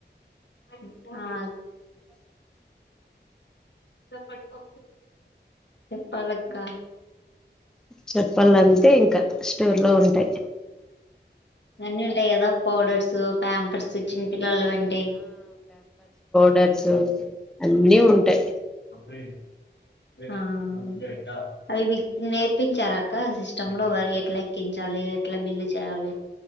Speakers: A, on the left (about 70°); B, in the centre.
A: ఆ పట్టుకో చెప్పాలక్క
B: చెప్పలంతే ఇంకా స్టోర్లో ఉంటయ్
A: అన్నీ ఉంటాయి కదా పౌడర్స్ ప్యాంపర్స్ చిన్నపిల్లల అంటే
B: డర్స్ అన్నీ ఉంటాయి
A: అప్పుడే ఆ అది మీక్ నేర్పించార అక్క సిస్టమ్లో వరి ఎట్లా ఎ చాలి ఎట్లా బిల్లు చేయాలి